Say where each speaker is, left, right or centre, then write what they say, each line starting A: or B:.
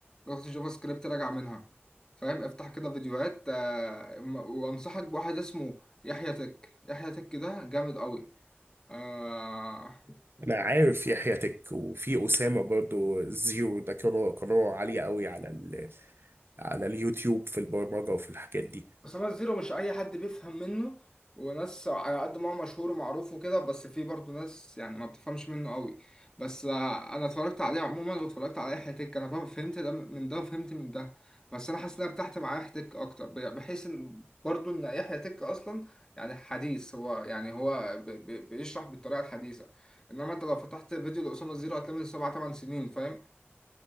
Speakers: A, on the left; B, on the right.
A: لغة الجافا سكريبت راجع منها فاهم افتح كده فيديوهات آه، م- وانصحك بواحد اسمه يحيى تك يحيى تك ده جامد قوي آه،
B: انا عارف يحيى تك وفي اسامه برضو زيرو ده كانوا قناه عاليه قوي على ال... على اليوتيوب في البرمجه وفي الحاجات دي
A: خمس زيرو مش اي حد بيفهم منه وناس على قد ما هو مشهور ومعروف وكده بس في برضه ناس يعني ما بتفهمش منه قوي بس آه، انا اتفرجت عليه عموما واتفرجت على اي حتك انا فاهم- فهمت ده من ده وفهمت من ده بس انا حاسس ان انا ارتحت مع حتك اكتر ب- بحيث ان برضه ان يحيى تك اصلا يعني حديث هو يعني هو ب- ب- بيشرح بالطريقه الحديثه انما انت لو فتحت فيديو لاسامه زيرو هتلاقي من سبع ثمان سنين فاهم